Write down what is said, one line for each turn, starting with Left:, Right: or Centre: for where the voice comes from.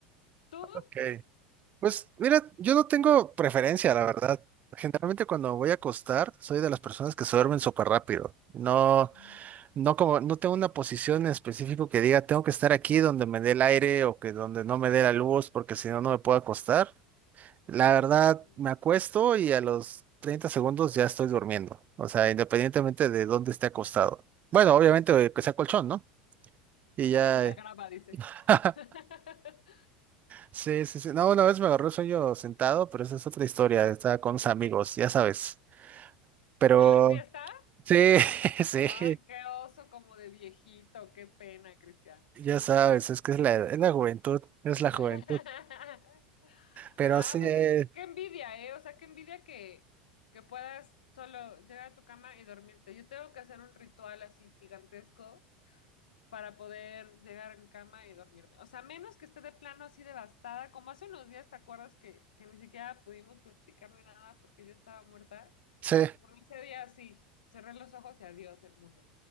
Left: ¿Tú?
Right: ok. Pues mira, yo no tengo preferencia, la verdad. Generalmente cuando voy a acostar, soy de las personas que se duermen súper rápido. No.
Left: Mm,
Right: No como, no tengo una posición en específico que diga tengo que estar aquí donde me dé el aire o que donde no me dé la luz porque si no no me puedo acostar. La
Left: mm.
Right: verdad, me acuesto y a los 30 segundos ya estoy durmiendo. O sea, independientemente de dónde esté acostado. Bueno, obviamente que sea colchón, ¿no? Y ya.
Left: <laughs> En la
Right: eh,
Left: grava, dice.
Right: <laughs>
Left: <laughs>
Right: Sí, sí, sí. No, una vez me agarró el sueño sentado, pero esa es otra historia. Estaba con unos amigos, ya sabes. Pero
Left: ¿En la fiesta?
Right: sí, <laughs> sí,
Left: Ay, qué oso como de viejito, qué pena, Cristian.
Right: ya sabes, es que es la, es la juventud, es la juventud.
Left: <laughs>
Right: Pero
Left: Ah,
Right: sí.
Left: pues
Right: eh,
Left: qué envidia, ¿eh? O sea, qué envidia que, que puedas solo llegar a tu cama y dormirte. Yo tengo que hacer un ritual así gigantesco para poder llegar a mi cama y dormirme. O sea, menos que esté de plano así devastada, como hace unos días, ¿te acuerdas que, que ni siquiera pudimos platicar ni nada porque yo estaba muerta?
Right: Sí,
Left: Bueno, ese día sí, cerré los ojos y adiós el mundo.